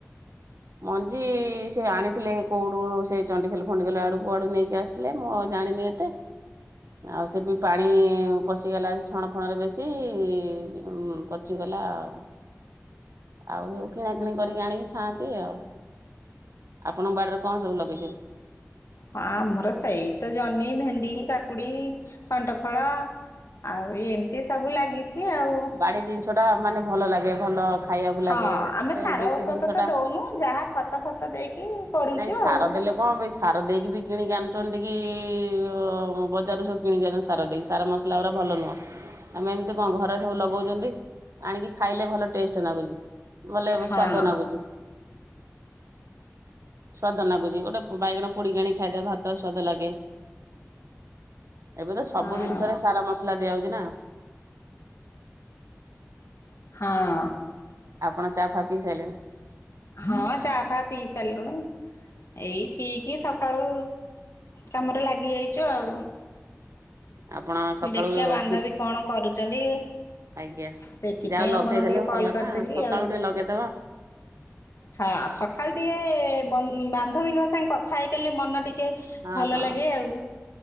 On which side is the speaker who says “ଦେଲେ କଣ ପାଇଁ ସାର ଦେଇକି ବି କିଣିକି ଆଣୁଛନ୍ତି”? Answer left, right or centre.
Right